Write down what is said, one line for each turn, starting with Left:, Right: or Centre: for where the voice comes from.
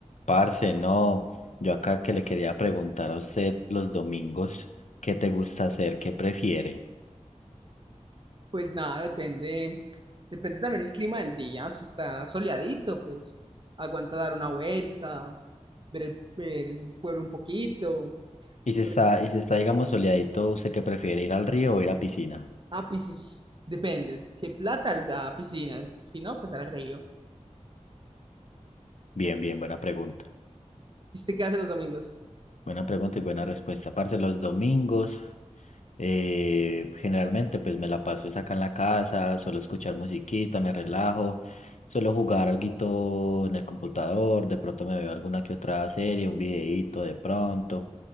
Left: Parce, no, yo acá que le quería preguntar a usted los domingos, ¿qué te gusta hacer? ¿Qué prefiere?
Right: Pues nada, depende, depende también el clima del día. Si está soleadito, pues aguanta dar una vuelta, ver el, ver el pueblo un poquito.
Left: Y si está,
Right: Pero,
Left: y si está, digamos, soleadito, ¿usted qué prefiere, ir al río o ir a piscina?
Right: ah, piscis depende. Si hay plata, al- a piscinas. Si no, pues al río.
Left: Bien, bien, buena pregunta.
Right: ¿Y usted qué hace los domingos?
Left: Buena pregunta y buena respuesta. Parce, los domingos, eh, generalmente, pues me la paso es acá en la casa, suelo escuchar musiquita, me relajo, suelo jugar alguito en el computador, de pronto me veo alguna que otra serie, un videíto de pronto.